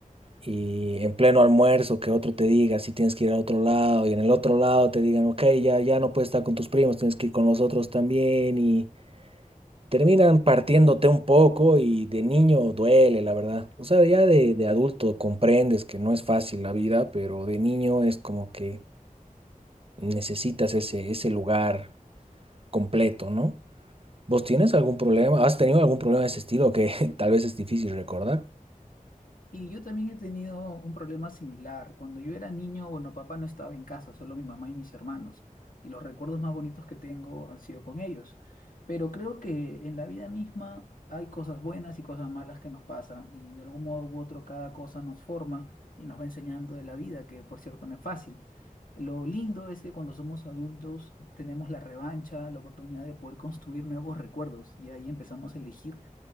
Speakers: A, on the right; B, on the left.
A: Y en pleno almuerzo que otro te diga si tienes que ir a otro lado y en el otro lado te digan, ok, ya, ya no puedes estar con tus primos, tienes que ir con los otros también terminan partiéndote un poco y de niño duele, la verdad. O sea, ya de, de adulto comprendes que no es fácil la vida, pero de niño es como que necesitas ese, ese lugar completo, ¿no? ¿Vos tienes algún problema? ¿Has tenido algún problema de ese estilo que <laughs> tal vez es difícil recordar?
B: Y yo también he tenido un problema similar. Cuando yo era niño, bueno, papá no estaba en casa, solo mi mamá y mis hermanos. Y los recuerdos más bonitos que tengo han sido con ellos. Pero creo que en la vida misma hay cosas buenas y cosas malas que nos pasan. Y de algún modo u otro cada cosa nos forma y nos va enseñando de la vida, que por cierto no es fácil. Lo lindo es que cuando somos adultos tenemos la revancha, la oportunidad de poder construir nuevos recuerdos. Y ahí empezamos a elegir